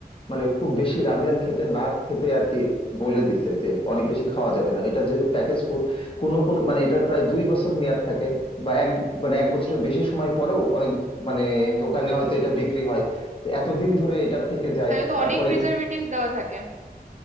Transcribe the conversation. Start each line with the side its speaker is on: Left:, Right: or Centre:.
Left: মানে খুব বেশি রামিয়ান খেতে না খেতে আর কি বলে দিছে যে অনেক বেশি খাওয়া যাবে না এটা যেহেতু প্যাকেজ ফুড কোনো কোন মানে এটার প্রায় দুই বছর মেয়াদ থাকে বা এক মানে এক বছরের বেশি সময় পরেও অনেক মানে
Right: ও
Left: দোকানে হয়তো এটা বিক্রি হয় তো এতদিন ধরে এটা থেকে যায়
Right: তাহলে তো
Left: তারপরে
Right: অনেক প্রিজারভেটিভস দেওয়া থাকে